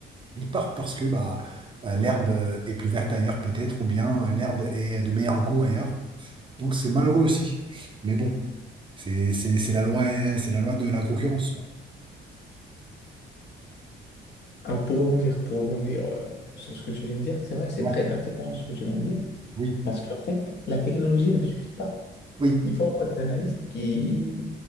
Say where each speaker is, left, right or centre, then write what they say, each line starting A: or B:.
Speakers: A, on the right; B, on the left.
A: ils partent parce que bah, euh, l'herbe euh, est plus verte ailleurs, peut-être, ou bien euh, l'herbe est de meilleur goût ailleurs. Donc c'est malheureux aussi. Mais bon, c'est c'est- c'est la loi, euh, c'est la loi de la concurrence. quoi.
B: Alors, pour rebondir, pour rebondir euh, sur ce que tu viens de dire, c'est vrai, c'est
A: Ouais,
B: très pertinent ce que tu viens de dire,
A: oui,
B: parce qu'en fait, la technologie ne suffit pas.
A: oui,
B: Il faut avoir des analystes qui,